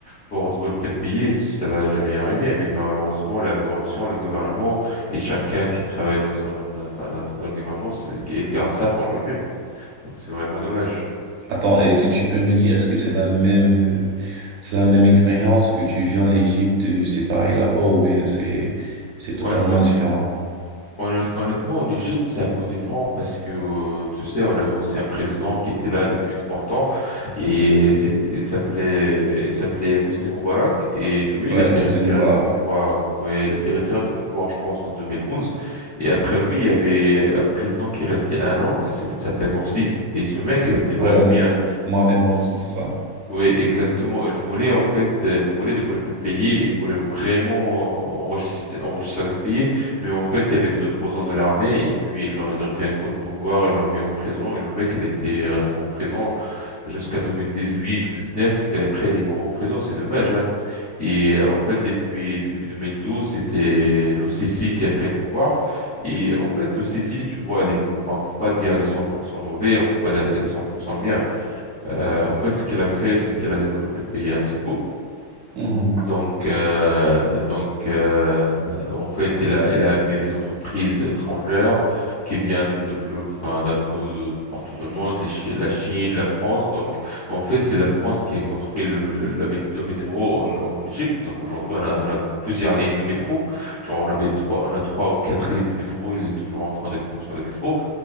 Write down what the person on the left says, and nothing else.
pour développer le pays, ça va jamais arriver. Mais malheureusement, la corruption, le gouvernement et chacun qui travaille dans son, enfin, dans, dans le gouvernement, c'est- il garde ça pour lui-même. Donc, c'est vraiment dommage.
Hon-
Honn- Honnêtement, en Égypte, c'est un peu différent parce que, euh, tu sais, on avait aussi un président qui était là depuis 30 ans et c'était- il s'appelait, il s'appelait Hosni Moubarak et lui,
il était
retiré
de pouvoir. Ouais, il était retiré de pouvoir, je pense, en 2011. Et après lui, il y avait un président qui restait un an et c'était, il s'appelait Morsi. Et ce mec, il était vraiment
bien.
Oui, exactement. Elle voulait, en fait, euh, elle voulait développer le pays, elle voulait vraiment euh, enrichir, enrichir le pays, mais en fait, il y avait des opposants de l'armée, et puis ils l'ont- ils ont, fait un coup de pouvoir, ils l'ont mis en prison, et le mec, il était resté en prison jusqu'à 2018 ou 2019, et après, il est mort en prison, c'est dommage, hein. Et euh, en fait, depuis, depuis 2012, c'était l'OCC qui a pris le pouvoir, et en fait, l'OCC, tu vois, elle est, enfin, on peut pas dire elle est 100% mauvais, on peut pas dire elle est 100% bien. Euh, en fait, ce qu'elle a fait, c'est qu'elle a développé le pays un petit peu.
Donc, euh, donc euh, en fait, elle a, elle a amené des entreprises étrangères qui viennent de plus, enfin, d'un peu partout dans le monde, les Chi- la Chine, la France. Donc, en fait, c'est la France qui a construit le, le, la mét- le métro en, en Égypte. Donc, aujourd'hui, on a, on a plusieurs lignes de métro. Genre, on avait trois, on a trois ou quatre lignes de métro. Il est toujours en train de construire le métro.